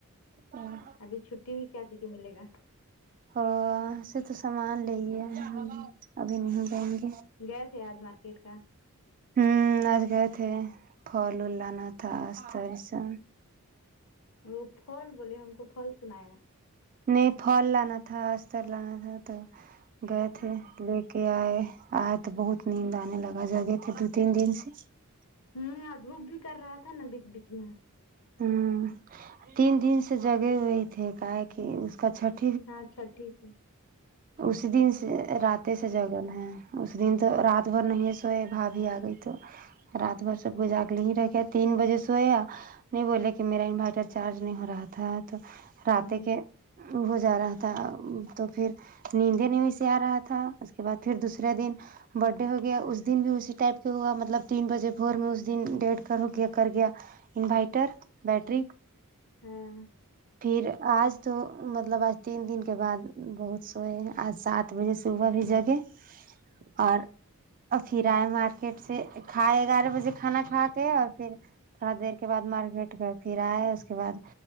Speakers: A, on the right; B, on the left.
A: ہمم
B: ابھی چھٹی بھی کیا تھی کہ ملے گا
A: ہاں ایسے تو سامان لے یے ہم ابھی نہیں جائیں گے
B: گئے تھے آج مارکیٹ کا
A: ہمم آج گئے تھے پھل ول لانا تھا آج تو ایسا
B: وہ پھال بولے ہم کو پھل سنایا
A: نہیں پھل لانا تھا استر لانا تھا تو گئے
B: ہوں
A: تھے لے کے آئے آئے تو بہت نیند آنے لگا جگہ تھے دو تین دن سے
B: ہمم دھوپ بھی کر رہا تھا نا بیچ بیچ میں
A: ہمم تین دن سے جگے ہوئے تھے کا ہے کی اس کا چھٹ
B: ہاں چھٹھی سے ہے
A: اس دن سے رات سے جگے ہے اس دن تو رات بھر نہیں سوئے بھابی آ گئی تو رات بھر سب جا کے لے ہی رکھ کے تین بجے سوئے ہے نہیں بولے کی میرا انورٹر چارج نہیں ہو رہا تھا تو رتے
B: ہوں
A: کے ہو جا رہا تھا تو پھر نیندے نہیں وی سے آ رہا تھا اس کے بعد پھر دوسرے دن برتھ ڈے ہو گیا اس دن بھی اسی ٹائپ کے ہوا مطلب تین بجے بور میں اس دن ڈیھ کر ہو گیا کر گیا انوائٹر بیٹری
B: ہاں
A: پھر آج تو مطلب آج تین دن کے بعد بہت سوئے آج سات بجے صبح بھی جگے اور اور پھر آئے مارکیٹ سے کھائے گیارہ بجے کھانا کھا کے اور پھر تھوڑا دیر کے بعد مارکیٹ گے پھر یے اس بعد